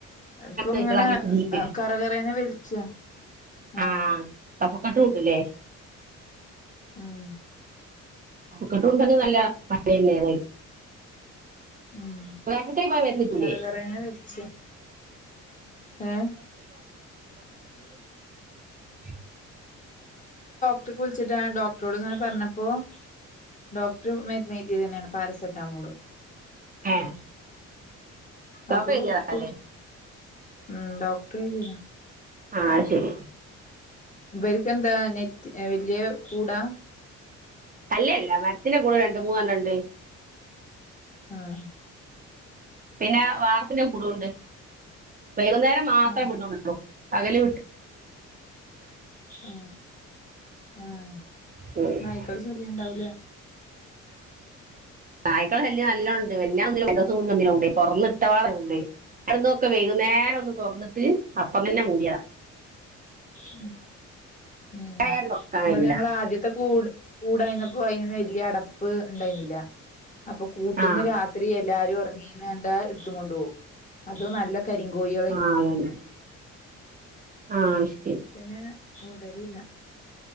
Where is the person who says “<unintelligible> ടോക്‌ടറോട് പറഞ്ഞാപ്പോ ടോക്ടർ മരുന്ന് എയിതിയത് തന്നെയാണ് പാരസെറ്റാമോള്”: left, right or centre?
Left